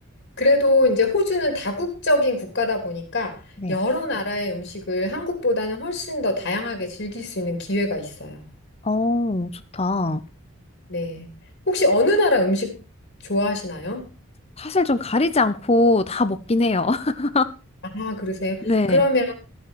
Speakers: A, on the left; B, on the left.
A: 그래도 이제 호주는 다국적인 국가다 보니까
B: 네.
A: 여러 나라의 음식을 한국보다는 훨씬 더 다양하게 즐길 수 있는 기회가 있어요.
B: 어, 좋다.
A: 네. 혹시 어느 나라 음식 좋아하시나요?
B: 사실 좀 가리지 않고 다 먹긴 해요. <laughs>
A: 아, 그러세요?
B: 네.
A: 그러면